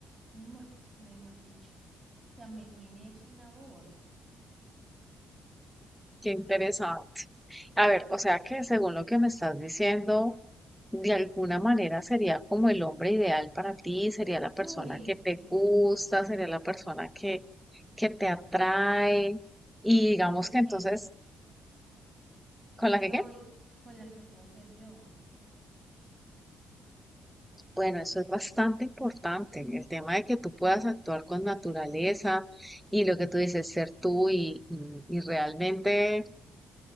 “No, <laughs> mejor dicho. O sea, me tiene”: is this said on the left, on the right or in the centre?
Right